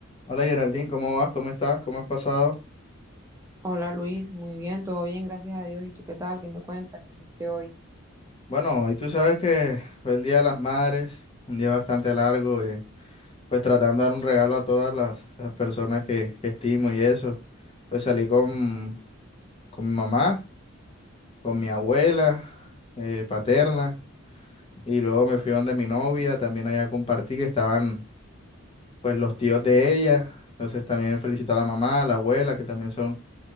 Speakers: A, on the left; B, on the right.
A: Hola Geraldine, ¿cómo vas? ¿Cómo estás? ¿Cómo has pasado?
B: Hola Luis, muy bien, todo bien, gracias a Dios. ¿Y tú qué tal? ¿Qué me cuentas? ¿Qué hiciste hoy?
A: Bueno, hoy tú sabes que fue el Día de las Madres, un día bastante largo, eh, pues tratando de dar un regalo a todas las, las personas que, que estimo y eso. Pues salí con, con mi mamá, con mi abuela eh, paterna y luego me fui donde mi novia, también allá compartí que estaban pues los tíos de ella, entonces también felicito a la mamá, a la abuela, que también son